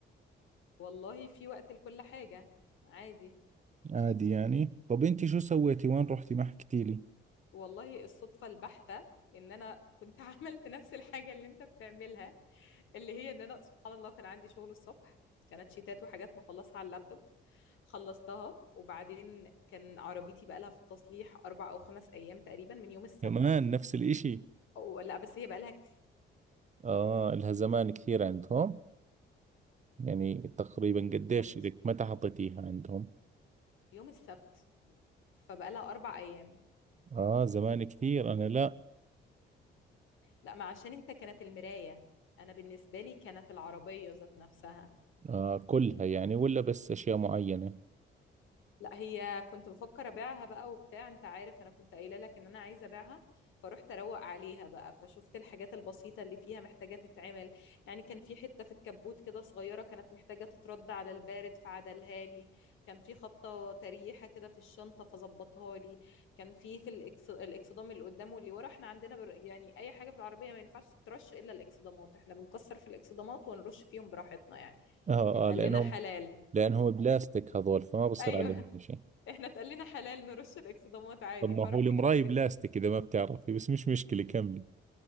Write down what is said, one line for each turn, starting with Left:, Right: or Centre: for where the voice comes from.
Left: والله في وقت لكل حاجة عادي
Right: عادي يعني طب انت شو سويتي وين رحتي ما حكيتي لي
Left: والله الصدفة البحتة ان انا كنت <laughs> عملت نفس الحاجة اللي انت بتعملها اللي هي ان انا سبحان الله كان عندي شغل الصبح كانت شيتات وحاجات بخلصها على اللابتوب خلصتها وبعدين كان عربيتي بقالها في التصليح اربع او خمس ايام تقريبا من يوم السبت
Right: كمان نفس الإشي
Left: أو لا بس هي بقالها كتير
Right: آه لها زمان كثير عندهم يعني تقريبا قديش
Left: بالظبط.
Right: لك متى حطيتيها عندهم
Left: يوم السبت فبقالها اربع ايام
Right: آه زمان كثير أنا لا
Left: لا ما عشان انت كانت المراية انا بالنسبة لي كانت العربية ذات نفسها
Right: آه كلها يعني ولا بس أشياء معينة
Left: لا هي كنت بفكر ابيعها بقى وبتاع انت عارف انا كنت قايله لك ان انا عايزه ابيعها فروحت اروق عليها بقى فشفت الحاجات البسيطه اللي فيها محتاجه تتعمل يعني كان في حته في الكبوت كده صغيره كانت محتاجه تترد على البارد فعدلها لي كان في خبطه تريحه كده في الشنطه فظبطها لي كان في في الإكس... الاكسدام اللي قدام واللي ورا احنا عندنا بر... يعني اي حاجه في العربيه ما ينفعش ترش الا الاكسدامات احنا بنكسر في الاكسدامات ونرش فيهم براحتنا يعني
Right: آه
Left: اتقال
Right: آه لأنهم
Left: لنا حلال
Right: لأنهم بلاستيك هذول فما بصير
Left: ايوه
Right: عليهم شيء
Left: احنا اتقال لنا حلال نرش الاكسدامات عادي
Right: طب ما
Left: فرحت
Right: هو المراي
Left: جبت اكس
Right: بلاستيك إذا ما بتعرفي بس مش مشكلة كملي